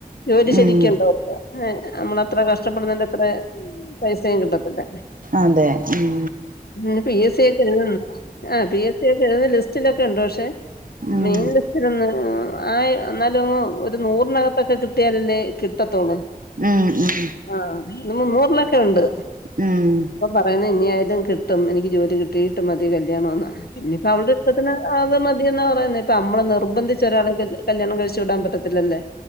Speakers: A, on the left (about 75°); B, on the right (about 60°).
A: ജോലി ശരിക്ക്ണ്ടോ
B: ഉം
A: നമ്മളത്ര കഷ്ടപ്പെടുന്നെന്റ അത്രെ പൈസയും കിട്ടത്തില്ല
B: അതെ ഉം
A: പിന്നെ പി എസ് സ ഒക്കെ ഏഴുതുന്ന് ആഹ് പി എസ് സി ഒക്കെ എഴ്‌തുന്ന ലിസ്റ്റിലൊക്കെ ഉണ്ട് പക്ഷെ
B: ഉം
A: മെയിൻ ലിസ്റ്റിൽ ഒന്ന് ആയി എന്നാലും അങ്ങ് ഒരു നൂറിനകത്തൊക്കെ കിട്ടിയാലല്ലേ കിട്ടത്തൊള്ളൂ
B: ഉം ഉം
A: ആഹ ഇത് മുന്നൂർലൊക്കെ ഒണ്ട്
B: ഉം
A: പറയുന്നത് ഇനി ആയാലും കിട്ടും എനിക്ക് ജോലി കിട്ടീട്ട് മതി കല്യാണം എന്ന് ഇനിഇപ്പ അവൾടെ ഇഷ്ടത്തിന് അത് മതി എന്നാ പറയ്ന്നേ ഇപ്പൊ അമ്മള് നിർബന്ധിച്ച് ഒരാളെ ക കല്യാണം കഴിച്ചു വിടാൻ പറ്റത്തില്ലല്ലേ